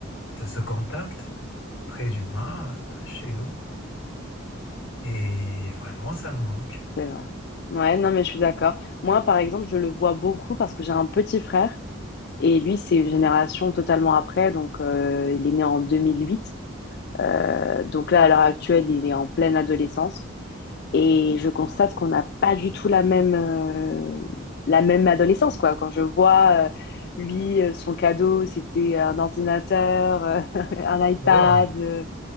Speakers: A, on the left; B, on the left.
A: de ce contact très humain euh, chez nous. Et vraiment, ça nous manque.
B: C'est vrai. Ouais, non, mais je suis d'accord. Moi, par exemple, je le vois beaucoup parce que j'ai un petit frère et lui, c'est une génération totalement après, donc euh, il est né en 2008. Euh, donc là, à l'heure actuelle, il est en pleine adolescence et je constate qu'on n'a pas du tout la même, euh, la même adolescence, quoi. Quand je vois, euh, lui, euh, son cadeau, c'était un ordinateur, euh, <laughs> un iPad,
A: Bon,
B: euh,